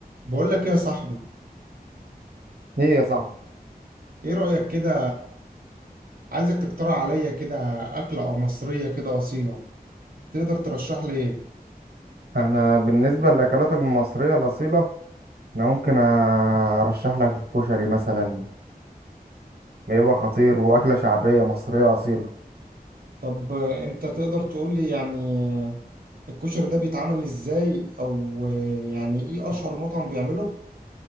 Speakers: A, on the right (about 65°); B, on the right (about 85°).
A: بقول لك إيه يا صاحبي
B: ايه يا صاحبي
A: ايه رأيك كده عايزك تقترح عليا كده أكلة أو مصرية كده أصيلة تقدر ترشح لي ايه
B: انا بالنسبه للاكلات المصريه الاصيله انا ممكن ارشح لك الكشري مثلا بيبقى خطير واكله شعبيه مصريه اصيله
A: طب آه، انت تقدر تقول لي يعني آه، الكشري ده بيتعمل ازاي او آه، يعني ايه اشهر
B: آه.
A: مطعم بيعمله